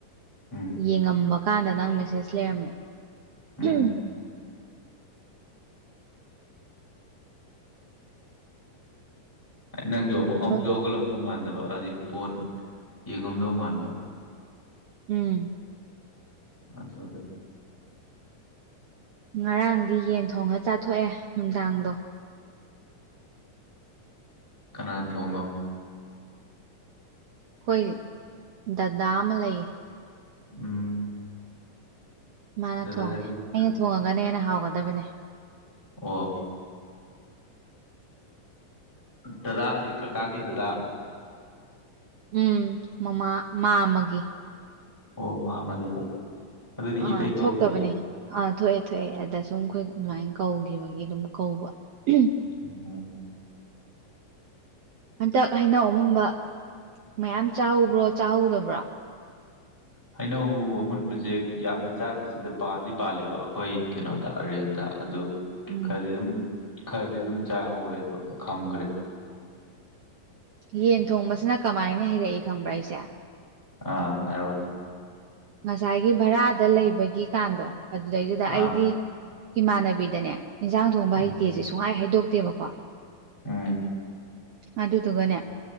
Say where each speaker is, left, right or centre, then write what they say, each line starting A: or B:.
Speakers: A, in the centre; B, on the right (about 70°).
A: ꯎꯝ
B: ꯌꯦꯡꯉꯝꯕ ꯀꯥꯟꯗ ꯅꯪ ꯃꯦꯁꯦꯁ ꯂꯩꯔꯝꯃꯦ <unintelligible>
A: ꯎꯝ ꯅꯪꯖꯨ ꯑꯃꯨꯛ ꯑꯃꯨꯛꯁꯨ
B: ꯍꯧꯖꯤꯛ
A: ꯍꯧꯒꯠꯂꯝꯗꯧ ꯃꯥꯟꯗꯕ ꯍꯥꯏꯗꯤ ꯕꯣꯟ ꯌꯦꯡꯉꯝꯗꯧ ꯃꯥꯟꯕ
B: ꯎꯝ
A: <unintelligible>
B: ꯉꯔꯥꯡꯗꯤ ꯌꯦꯟ ꯊꯣꯡꯉ ꯆꯥꯊꯣꯛꯑꯦ ꯅꯨꯡꯗꯥꯡꯗꯣ
A: ꯀꯅꯥ ꯊꯣꯡꯉꯕ
B: ꯑꯩꯈꯣꯏ ꯗꯗꯥ ꯑꯃ ꯂꯩꯌꯦ
A: ꯎꯝ
B: ꯃꯥꯅ
A: ꯗꯗꯥ
B: ꯊꯣꯡꯉꯦ
A: ꯍꯥꯏꯕꯤꯌꯨ
B: ꯑꯩꯅ ꯊꯣꯡꯉꯒꯅ ꯍꯦꯟꯅ ꯍꯥꯎꯒꯗꯕꯅꯦ
A: ꯑꯣ ꯗꯗꯥꯗꯤ ꯀꯀꯥꯒꯤ ꯗꯗꯥ
B: ꯎꯝ ꯃꯃꯥ ꯃꯥꯝꯃꯒꯤ
A: ꯑꯣ ꯃꯥꯝꯃꯒꯤ ꯑꯗꯨꯗꯤ
B: ꯑꯥ
A: ꯏꯇꯩ ꯊꯣꯛꯇꯦ
B: ꯊꯣꯛꯇꯕꯅꯦ ꯑꯥ ꯊꯣꯛꯑꯦ ꯊꯣꯛꯑꯦ ꯑꯗ ꯁꯨꯝ ꯑꯩꯈꯣꯏ ꯑꯗꯨꯃꯥꯏꯟ ꯀꯧꯒꯤꯕꯒꯤ ꯑꯗꯨꯝ ꯀꯧꯕ <unintelligible>
A: ꯑꯣ
B: ꯍꯟꯇꯛ ꯍꯩꯅꯧ ꯑꯃꯨꯟꯕ ꯃꯌꯥꯝ ꯆꯥꯍꯧꯕ꯭ꯔꯣ ꯆꯥꯍꯧꯗꯕ꯭ꯔꯣ
A: ꯍꯩꯅꯧ ꯑꯃꯨꯟꯕꯖꯤ ꯌꯥꯝꯗꯤ ꯆꯥꯗꯦ ꯁꯤꯗ ꯄꯥꯟꯗꯤ ꯄꯥꯜꯂꯦꯕ ꯑꯩꯈꯣꯏ ꯀꯩꯅꯣꯗ ꯔꯦꯟꯗ ꯑꯗꯨ
B: ꯎꯝ
A: ꯈꯔꯗꯤ ꯑꯗꯨꯝ ꯈꯔꯗꯤ ꯑꯗꯨꯝ ꯆꯥꯍꯧꯋꯦꯗꯣ ꯈꯝꯈ꯭ꯔꯦ
B: ꯌꯦꯟ ꯊꯣꯡꯕꯁꯤꯅ ꯀꯃꯥꯏꯅ ꯍꯩꯔꯛꯏ ꯈꯪꯕ꯭ꯔꯥ ꯑꯩꯁꯦ
A: ꯑꯥ ꯍꯥꯏꯔꯛꯑꯣꯅꯦ
B: ꯉꯁꯥꯏꯒꯤ ꯚꯔꯥꯗ ꯂꯩꯕꯒꯤꯀꯥꯟꯗꯣ ꯑꯗꯨꯗꯩꯗꯨꯗ ꯑꯩꯗꯤ
A: ꯑꯥ
B: ꯏꯃꯥꯟꯅꯕꯤꯗꯅꯦ ꯏꯟꯖꯥꯡ ꯊꯣꯡꯕ
A: ꯎꯝ
B: ꯍꯩꯇꯦꯁꯦ ꯁꯨꯡꯍꯥꯏ ꯍꯩꯗꯣꯛꯇꯦꯕꯀꯣ
A: ꯎꯝ
B: ꯑꯗꯨꯗꯨꯒꯅꯦ